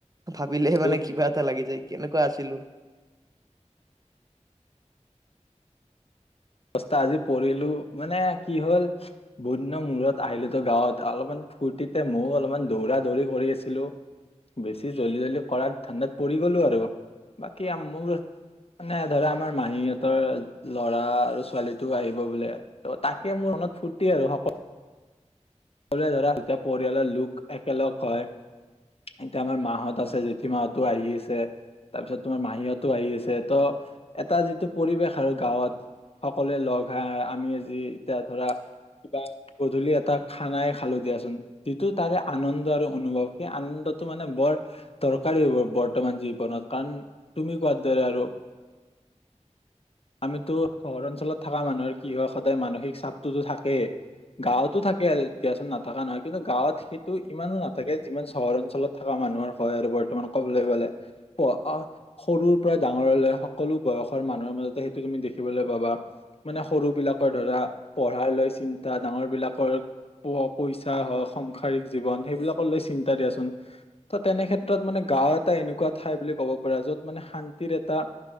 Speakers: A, on the right; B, on the left.
A: ভাবিলেহে
B: তো
A: মানে কিবা এটা লাগি যায়। কেনেকুৱা আছে? হেল্ল।
B: বস্তা আজি পৰিলো মানে কি হল বহু দিনৰ মূৰত আহিলো তো গাঁৱত অলপমান ফূৰ্তিতে ময়ো অলপমান দৌৰা দৌৰি কৰি আছিলো বেছি জলদি জলদি কৰা ধান্দাত পৰি গলো আৰু বাকী আ মোৰ মানে ধৰা আমাৰ মাহীহঁতৰ লৰা আৰু ছোৱালী টো আহিব বোলে ত তাকে মোৰ মনত ফূৰ্তি আৰু সকলো সকলোৱে ধৰা যেতিয়া পৰিয়ালৰ লোক একেলগ হয় এতিয়া আমাৰ মাহত আছে জেঠী মাহতো আহি আছে তাৰপিছত তোমাৰ মাহীতো আহি আছে ত এটা যিটো পৰিৱেশ আৰু গাঁৱত সকলোৱে লগ খাই আমি আজি এতিয়া ধৰা কিবা গধূলি এটা খানাই খালো দিয়াচোন যিটো তাৰে আনন্দ আৰু অনুভৱ সেই আনন্দটো মানে বৰ দৰকাৰী হব বৰ্তমান জীৱনত কাৰণ তুমি কোৱাৰ দৰে আৰু আমিতো চহৰ অঞ্চলত থকা মানুহৰ কি হয় সদায় মানসিক চাপটোতো থাকেই গাঁৱতো থাকে আৰু দিয়াচোন নাথাকা নহয় কিন্তু গাঁৱত সেইটো ইমানো নাথাকে যিমান চহৰ অঞ্চলত থকা মানুহৰ হয় আৰু বৰ্তমান কবলৈ গলে প সৰুৰ পৰা ডাঙৰলৈ সকলো বয়সৰ মানুহৰ মাজত সেইটো তুমি দেখিবলৈ পাবা মানে সৰু বিলাকৰ ধৰা পঢ়াই লৈ চিন্তা ডাঙৰ বিলাকৰ পোৱা পইচা হওক সংসাৰিক জীৱন সেইবিলাকক লৈ চিন্তা দিয়াচোন ত তেনে ক্ষেত্ৰত মানে গাওঁ এটা এনেকুৱা ঠাই বুলি কব পাৰা যত মানে শান্তিৰ এটা